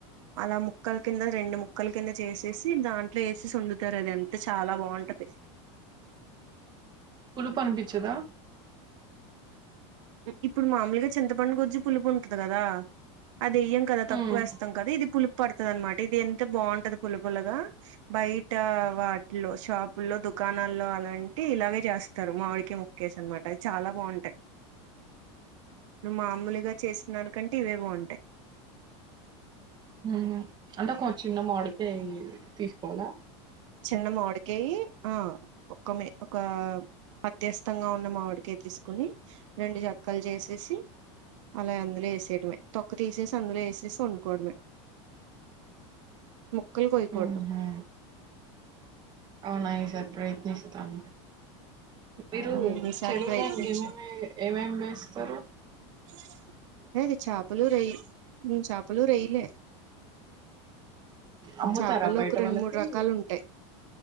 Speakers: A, on the right (about 75°); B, on the right (about 30°).
A: అలా ముక్కల కింద రెండు ముక్కల కింద చేసేసి దాంట్లో వేసేసి వండుతారు అది అంతా చాలా బాగుంటది
B: పులుపు అనిపించదా
A: ఇప్పుడు మామూలుగా చింతపండు గుజ్జు పులుపు ఉంటది కదా అది వెయ్యం కదా తక్కువేస్తాం
B: ఉమ్
A: కదా ఇది పులుప్ పడుతుంది అనమాట ఇది ఎంత బాగుంటది పుల్ల పుల్లగా బయట వాటిలో షాపుల్లో దొ దుకాణాల్లో అలాంటివి ఇలాగే చేస్తారు మామిడికయా ముక్కేసి అనమాట అవి చాలా బాగుంటాయి నువ్వు మామూలుగా చేసిదానికంటే ఇవే బావుటాయి
B: ఉహూ అంటే ఒక చిన్న మాడికాయి తీసుకోవాలా
A: చిన్న మామిడికయి ఆ ఒక ఒక మధ్యస్థంగా ఉన్న మామిడికయి తీసుకొని రెండు జక్కలు జేసేసి అలా అందులో వేసేయటమే తొక్క తీసేసి అందులో ఏసేసి వండుకోవడమే ముక్కలు కోయకూడదు
B: ఉహు అవునా ఈ సారి ప్రయత్నిస్తాను మీరు
A: ఉమ్, ఈసారి
B: చెరువులో
A: ప్రయత్నించు
B: ఇంకేమేమి ఏమేమి పెంచ్తారు
A: టాక్ హెయి అది చాపలు రోయి ఉమ్ చాపలు రోయిలే
B: అమ్ముతారా
A: చేపల్లో
B: బయట
A: ఒక రెండు
B: వాళ్ళకి
A: మూడు రకాలు ఉంటాయి